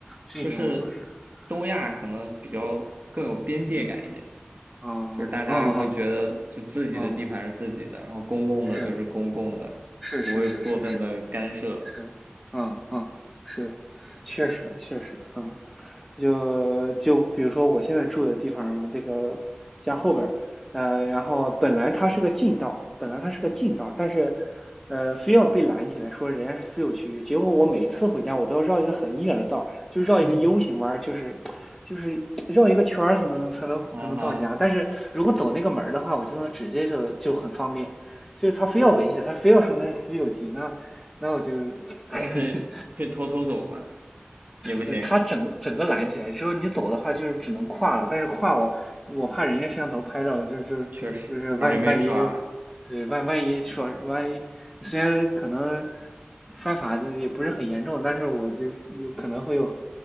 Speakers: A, in the centre; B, on the right.
A: 这一点我倒是，
B: 就是东亚可能比较更有边界感一点，
A: 啊，嗯，啊，
B: 就是大家会觉得就自己的地盘是自己的，
A: 嗯嗯嗯，
B: 然后公共的就是公共的，
A: 是是是是是是
B: 不会过分的干涉。
A: 是，嗯嗯是，确实确实，嗯就就比如说我现在住的地方，这个家后边呃，然后本来它是个近道本来它是个近道但是呃，非要被拦起来说人家是私有区域，结果我每一次回家我都要绕一个很远的道就绕一个
B: 嗯，
A: U 型弯就是就是绕一个圈才能才能才能到家，
B: 啊哈，
A: 但是如果走那个门的话，我就能直接就就很方便，就是他非要围起来，他非要说那是私有地，那那我就。呵
B: 那可以可以偷偷走吗？
A: 呵
B: 也不行，
A: 呃它整整个拦起来，之后你走的话就是只能跨了，但是跨我我怕人家摄像头拍照，就是就是万万一，
B: 确实很容易被抓，
A: 对万万一说万一虽然可能犯法的也不是很严重，但是我就有可能会有